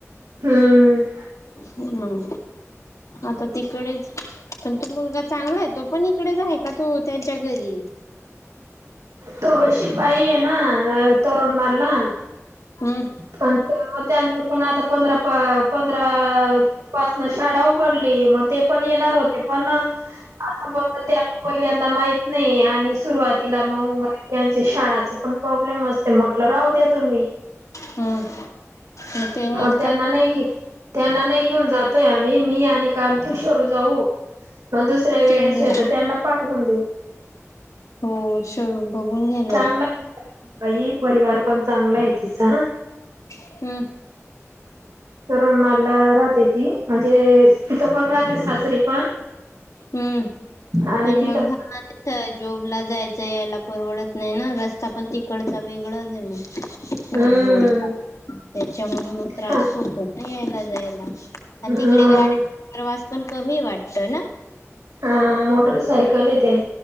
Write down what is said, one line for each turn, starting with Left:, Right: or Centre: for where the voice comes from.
Right: हम्म
Left: हम् आता तिकडेच पण तो मुलगा चांगला आहे तो पण इकडेच आहे का तो त्यांच्या घरी
Right: तो शिपाई आहे ये ना तोरन माळला
Left: हम्म
Right: पण त्यांच पण आता पंधरा पंधरा <unintelligible> शाळा उघडली मग ते पण येणार होते पण आता बोलता. पहिल्यांदा माहित नाही आणि सुरुवातीला मग त्यांचे शाळाचे पण प्रॉब्लेम असते मग म्हटलं राहू द्या तुम्ही.
Left: हम् ते
Right: मग
Left: नाही
Right: त्यांना
Left: का?
Right: नाही घे त्यांना नाही घेऊन जातोय, आम्ही मी आणि कांता शरू जाऊ. मग दुसऱ्या वेळेस
Left: तीन जण
Right: तर त्यांना पाठवून देऊ.
Left: हो शरू बघून घे
Right: चांगला <unintelligible> बाई परिवार पण चांगला आहे तिचा.
Left: हम्म
Right: तोरणमाळला राहते ती म्हणजे तिथं पण राहते सासरी पण,
Left: हम्म
Right: आणि
Left: पण
Right: तिथं
Left: मग हा तिथ जॉबला जायचं यायला परवडत नाही ना रस्ता पण तिकडचा वेगळाच आहे मग
Right: हम्म
Left: नागमोडी त्याच्यामध्ये मग त्रास
Right: हा
Left: होतो ना यायला जायला. आणि
Right: म
Left: तिकडे गाड्यांचा प्रवास पण कमी वाटत ना.
Right: हा मोटर सायकल येत